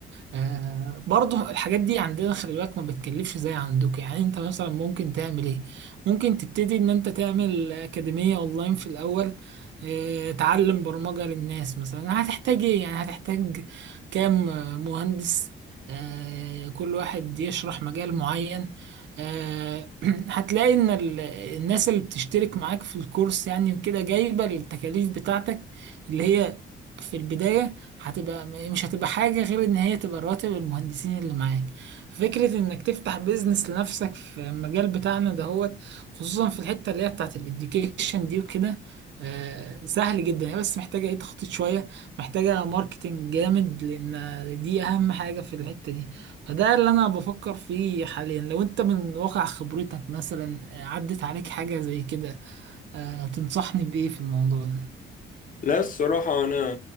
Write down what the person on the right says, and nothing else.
آه برضه الحاجات دي عندنا خلي بالك ما بتكلفش زي عندك يعني انت مثلا ممكن تعمل ايه ممكن تبتدي ان انت تعمل اكاديمية اونلاين في الاول آه تعلم برمجة للناس مثلا هتحتاج ايه يعني هتحتاج كام آه، مهندس آه كل واحد يشرح مجال معين آه <clears throat> هتلاقي ان ال- الناس اللي بتشترك معاك في الكورس يعني وكده جايبة التكاليف بتاعتك اللي هي في البداية هتبقى مش هتبقى حاجة غير ان هي تبقى رواتب المهندسين اللي معاك فكرة انك تفتح بيزنس لنفسك في المجال بتاعنا دهوت خصوصا في الحتة اللي هي بتاعت الاديوكيشن دي وكده آه، سهل جدا هي بس محتاجة ايه تخطيط شوية محتاجة ماركتينج جامد لان دي اهم حاجة في الحتة دي فده اللي انا بفكر فيه حاليا لو انت من واقع خبرتك مثلا آه، عدت عليك حاجة زي كده آه، تنصحني بإيه في الموضوع ده